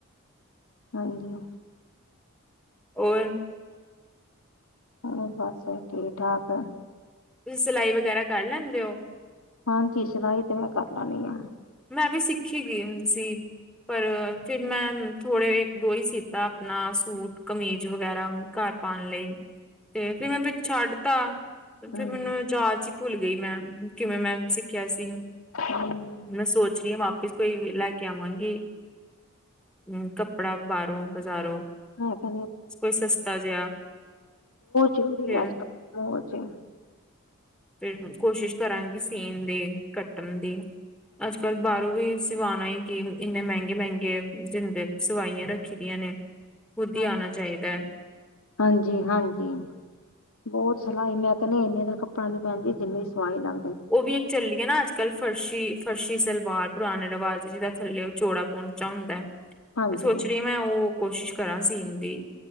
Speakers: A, on the left (about 80°); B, in the centre.
A: ।
B: ਔਰ
A: ਹੋਰ ਬਸ ਠੀਕ ਠਾਕ ਏ
B: ਤੁਸੀਂ ਸਿਲਾਈ ਵਗੈਰਾ ਕਰ ਲੈਂਦੇ ਹੋ?
A: ਹਾਂਜੀ ਸਲਾਹੀ ਤੇ ਮੈਂ ਕਰ ਲੈਣੀ ਆ।
B: ਮੈਂ ਵੀ ਸਿੱਖੀ ਗਈ ਸੀ ਪਰ ਫਿਰ ਮੈਂ ਥੋੜ੍ਹੇ ਇੱਕ ਦੋ ਹੀ ਸੀਤਾ ਆਪਣਾ ਸੂਟ ਕਮੀਜ਼ ਵਗੈਰਾ ਘਰ ਪਾਉਣ ਲਈ ਤੇ ਫਿਰ ਮੈਂ ਛੱਡ ਤਾ
A: ਹੂੰ
B: ਫਿਰ ਮੈਨੂੰ ਜਾਚ ਭੁੱਲ ਗਈ ਮੈਂ, ਕਿਵੇਂ ਮੈਂ ਸਿੱਖਿਆ ਸੀ।
A: <inaudible>
B: ਮੈਂ ਸੋਚ ਰਹੀ ਆਂ ਵਾਪਿਸ ਪਈ ਹੋਈ ਲੈ ਕੇ ਆਵਾਂਗੀ। ਅਮ, ਕੱਪੜਾ ਬਾਹਰੋਂ ਬਾਜ਼ਾਰੋਂ
A: ਬੋਤ
B: ਕੋਈ ਸਸਤਾ ਜਿਹਾ
A: ਜ਼ਰੂਰੀ
B: ਫਿਰ
A: ਆ ਅੱਜ ਕੱਲ।
B: ਫੇਰ ਹੁਨ। ਕੋਸ਼ਿਸ਼ ਕਰਾਂਗੀ ਸੀਣ ਦੀ ਕੱਟਣ ਦੀ ਅੱਜ ਕੱਲ ਬਾਹਰੋਂ ਵੀ ਸਵਾਣਾ ਹੀ ਕਿ ਇੰਨੇ ਮਹਿੰਗੇ ਮਹਿੰਗੇ ਜਿੰਦੇ ਸਵਾਈਆਂ ਰੱਖੀ ਦੀਆਂ ਨੇ ਖੁਦ ਹੀ
A: ਹਾਂਜੀ,
B: ਆਉਣਾ ਚਾਹੀਦਾ ਹੈ।
A: ਹਾਂਜੀ-ਹਾਂਜੀ ਬਹੁਤ ਸਲਾਈ ਮੈਂ ਕਹਿਣੀ ਇੰਨੇ ਦਾ ਕੱਪੜਾ ਨ ਪੈਣਦੀਏ, ਜਿੰਨੀ ਸਵਾਈ ਲੱ
B: ਉਹ ਵੀ ਇੱਕ ਚੱਲੀ ਏ ਨਾ ਅੱਜ ਕੱਲ੍ਹ ਫਰਸ਼ੀ ਫਰਸ਼ੀ ਸਲਵਾਰ। ਪੁਰਾਣੇ ਰਿਵਾਜ ਜਿਹਦਾ ਥੱਲੇ ਉਹ ਚੌੜਾ ਪਹੁੰਚਾ ਹੁੰਦਾ ਹੈ। ਮੈਂ
A: ਹਾਂਜੀ-ਹਾਂਜੀ
B: ਸੋਚ ਰਹੀਆ ਮੈਂ ਉਹ ਕੋਸ਼ਿਸ਼ ਕਰਾਂ ਸੀਣ ਦੀ,